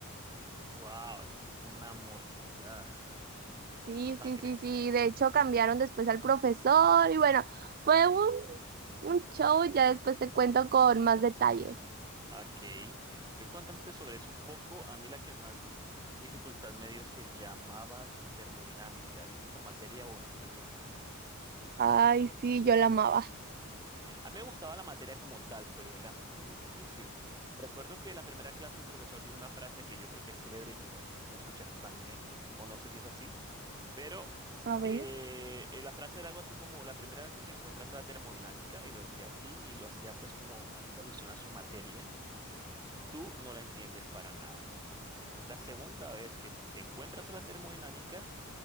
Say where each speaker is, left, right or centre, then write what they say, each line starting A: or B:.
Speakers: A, on the right; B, on the right.
A: Wow, esto sí fue una mortandad.
B: Sí,
A: Masacre.
B: sí, sí, sí. De hecho, cambiaron después al profesor y bueno, fue un, un show. Ya después te cuento con más detalle.
A: Ok. Yo contándote sobre eso un poco, a mí la que más dificultad me dio se llamaba termodinámica. ¿Viste esa materia o una similar?
B: Ay, sí, yo la amaba.
A: A mí me gustaba la materia como tal, pero era muy difícil. Recuerdo que la primera clase el profesor dijo una frase que yo creo que es célebre y quizás la escuchaste también, o no sé si es así, pero
B: A ver.
A: eh, eh, la frase era algo así como la primera vez que te encuentras a la termodinámica, y lo decía así, y lo hacía pues como haciendo alusión a su materia, tú no la entiendes para nada. La segunda vez que te encuentras a la termodinámica,